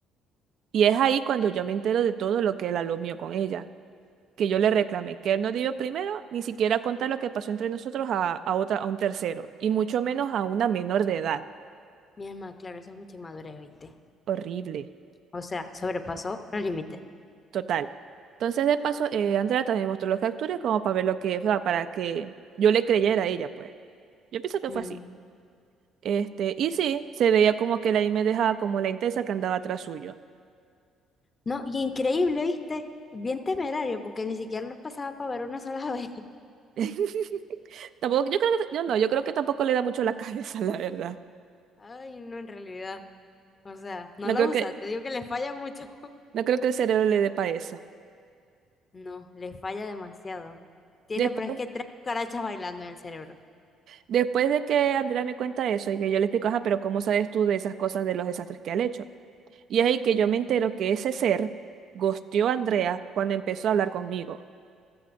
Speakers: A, on the right; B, on the left.
A: Y es ahí cuando yo me entero de todo lo que él habló mío con ella, que yo le reclamé que él no debió primero ni siquiera contar lo que pasó entre nosotros a, a otra, a un tercero, y mucho menos a una menor de edad.
B: Mi alma, claro, eso es mucha inmadurez, ¿viste?
A: Horrible.
B: O sea, sobrepasó los límites.
A: Total. Entonces, de paso, eh, Andrea también mostró los capturas como para ver lo que, o sea, para que yo le creyera a ella, pues. Yo pienso que
B: Mm.
A: fue así. Este, y sí, se veía como que ahí me dejaba como la intensa que andaba atrás suyo.
B: No, y increíble, ¿viste? Bien temerario, porque ni siquiera los pasaba para ver una sola <laughs> vez.
A: <laughs> Tampoco, yo creo que, yo no, yo creo que tampoco le da mucho la <laughs> cabeza, la verdad.
B: Ay, no, en realidad. O sea, no
A: No
B: lo
A: creo
B: usa,
A: que,
B: te digo que le falla mucho.
A: no creo que el cerebro le dé para eso.
B: No, le falla demasiado. Tiene,
A: Después,
B: pero es que tres cucarachas bailando en el cerebro.
A: después de que Andrea me cuenta eso y que yo le explico, ajá, pero ¿cómo sabes tú de esas cosas, de los desastres que ha hecho? Y es ahí que yo me entero que ese ser gosteó a Andrea cuando empezó a hablar conmigo.